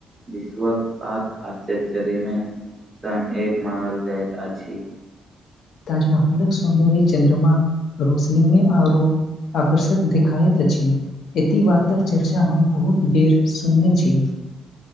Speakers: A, on the right (about 25°); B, on the left (about 75°).
A: विश्वक साात आश्चर्य चरयमे तें एक मारल जाइत अछि
B: ताजमहलक सौन्दर्य चन्द्रमा रोशनीमे आओरो आकर्षक देखाइत अछि एति बातक चर्चा हम बहुत बेर सुनने छी